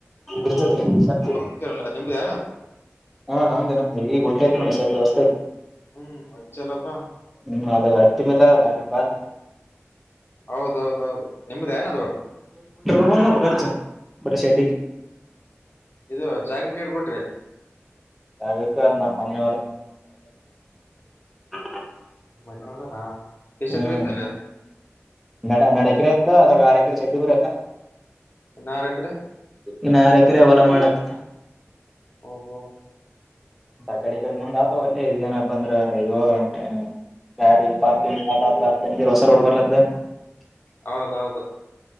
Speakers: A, in the centre; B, on the left.
A: ಬ್ರಿಡ್ಜ್ ಅತ್ರ ಸತ್ಯ
B: ಹ್ಮ್ಲ್ಲ ನಿಮ್ದ
A: ಹಾ ನಮ್ದೇ ನಮ್ದೇ ಈಗ ಒಡ್ಲತಿ ನೋಡ <unintelligible>
B: ಹ್ಮ್ ಮಜ್ಜಲ್ಲಪ್ಪಾ
A: ಹ್ಮ್ ಅದು ಹಟ್ಟಿ ಮೇಲ <unintelligible>
B: ಹೌದೌದೌದು ನಿಮ್ದೆನದು
A: <unintelligible> ಕರ್ಚು ಬರೀ ಶೆಡ್ಡಿಗೆ
B: ಇದು ಜಾಗುಕ್ಕೆಷ್ಟ್ ಕೊಟ್ರೀ
A: <unintelligible> ನಮ್ಮ ಮನೆ <unintelligible>
B: ಮನೆವಲ ನ <unintelligible>
A: ಹ್ಮ್ ನಡ ನಡ ಎಕರೆ ಅತ್ತ ಅದರ ಎಕರೆ ಶೆಡ್ಗರೆ ಎಲ್ಲ
B: ಹದಿನಾರು ಎಕರೆ
A: ಇನ್ ಆರ್ ಯೆಕ್ರೆ ಹೊಲ ಮಾಡ್ಲತ್ತ
B: ಹೊ ಹೋ
A: ಅ ಕಡೆ ಈ ಕಡೆ ಮುಂದೆ ಆತವ ಒಲ್ಲೆ ಇದೇನಪ್ಪ ಅಂದ್ರ ಇಗೋಂಟ ಗಾಡಿ ಪಾರ್ಕಿಂಗ್ <unintelligible> ಹೊಸರ <unintelligible>
B: ಹೌದೌದು